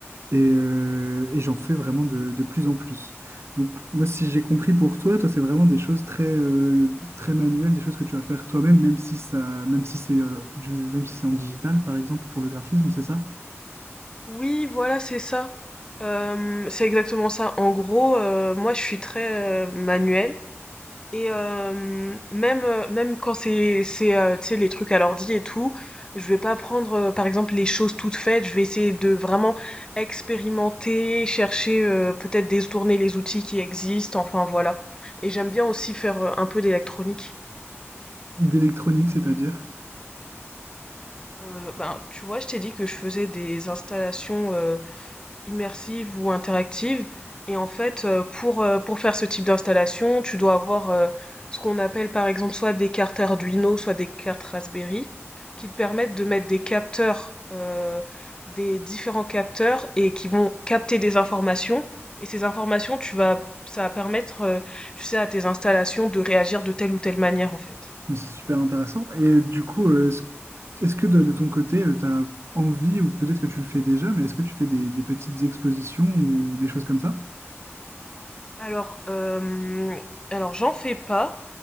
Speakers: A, on the right; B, on the left.
A: Et, euh, et j'en fais vraiment de, de plus en plus. Donc, moi, si j'ai compris pour toi, toi, c'est vraiment des choses très, euh, très manuelles, des choses que tu vas faire toi-même, même si ça, même si c'est euh, du, même si c'est en digital, par exemple, pour le graphisme, c'est ça?
B: Oui, voilà, c'est ça. Euh, c'est exactement ça. En gros, euh, moi, je suis très euh, manuelle. Et hem, même, heu, même quand c'est c'est, heu, tu sais, les trucs à l'ordi et tout, je vais pas prendre, heu, par exemple, les choses toutes faites. Je vais essayer de vraiment expérimenter, chercher, heu, peut-être détourner les outils qui existent, enfin voilà. Et j'aime bien aussi faire, heu, un peu d'électronique.
A: D'électronique, c'est-à-dire.
B: Heu, ben, tu vois, je t'ai dit que je faisais des installations, immersive ou interactive. Et en fait, euh, pour, euh, pour faire ce type d'installation, tu dois avoir euh, ce qu'on appelle par exemple soit des cartes Arduino, soit des cartes Raspberry, qui te permettent de mettre des capteurs, euh, des différents capteurs, et qui vont capter des informations. Et ces informations, tu vas, ça va permettre, euh, tu sais, à tes installations de réagir de telle ou telle manière, en fait.
A: Mais c'est super intéressant. Et du coup, euh, est-ce, est-ce que de, de ton côté, tu as envie, ou peut-être que tu le fais déjà, mais est-ce que tu fais des, des petites expositions ou des choses comme ça?
B: Alors, euh, alors j'en fais pas,